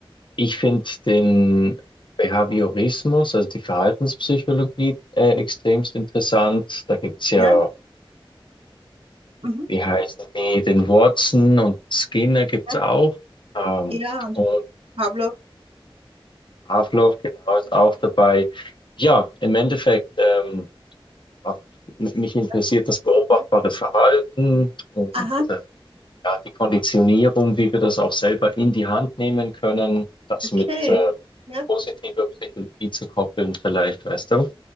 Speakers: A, on the left; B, on the right.
A: ich finde den Behaviorismus, also die Verhaltenspsychologie, äh, extremst interessant. Da gibt es ja,
B: ja, mhm,
A: wie heißen die, den Watson und Skinner gibt
B: ja,
A: es auch. Ähm,
B: ja, und
A: und
B: Pablo.
A: Haferloff, genau, ist auch dabei. Ja, im Endeffekt, ähm, ja, m- mich interessiert
B: das-
A: das beobachtbare
B: Ja.
A: Verhalten und
B: Aha,
A: äh, ja, die Konditionierung, wie wir das auch selber in die Hand nehmen können, das
B: okay.
A: mit äh,
B: Ja.
A: positiver Psychologie zu koppeln, vielleicht, weißt du.